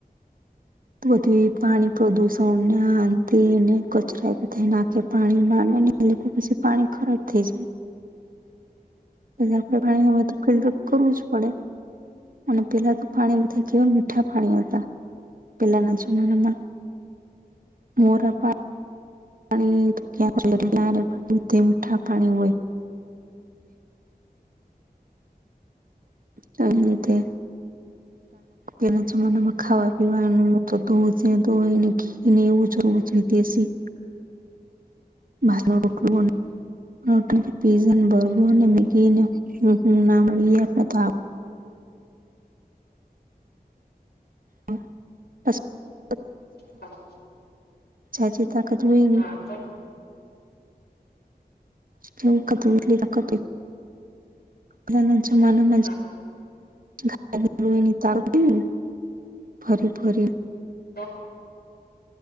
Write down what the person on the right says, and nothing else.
બધું એ પાણી પ્રદુષણ ને આંન તે ને કચરા બધાઈ નાખે પાણી માંને એટલે તો પછી પાણી ખરાબ થઈ જાય.
પછી આપણે પાણી નો હોય તો ફિલ્ટર કરવું જ પડે. અને પેલા તો પાણી બધા કેવા મીઠા પાણી હતા. પેલાના જમાનામાં મોરા પાણી <unintelligible> મીઠા પાણી હોય. તો એન લીધે
પેલા જમાનામાં ખાવા પીવાનું તો દૂધ ધોઈને ઘીને એવું જ રોજ દેસી બારનું <unintelligible> <unintelligible> <unintelligible>
જાજી તાકાત હોય નહી
<unintelligible> પેલાના જમાનામાં
<unintelligible> ફરી ફરી